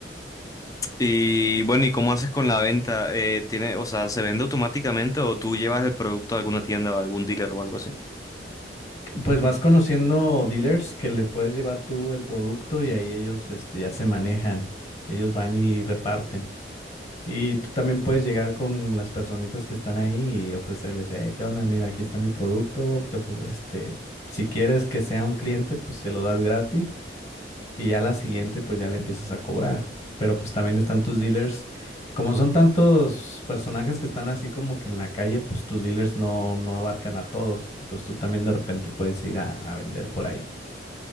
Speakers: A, on the left; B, on the left.
A: Y bueno, ¿y cómo haces con la venta? Eh, tiene, o sea, ¿se vende automáticamente o tú llevas el producto a alguna tienda o a algún dealer o algo así?
B: Pues vas conociendo dealers que les puedes llevar tú el producto y ahí ellos, este, ya se manejan. Ellos van y reparten. Y tú también puedes llegar con las personitas que están ahí y ofrecerles, eh, ¿qué onda? Mira, aquí está mi producto. te ofre- este, si quieres que sea un cliente, pues se lo das gratis. Y ya la siguiente, pues ya le empiezas a cobrar. Pero pues también están tus dealers. Como son tantos personajes que están así como que en la calle, pues tus dealers no, no abarcan a todos. Entonces tú también de repente puedes ir a, a vender por ahí.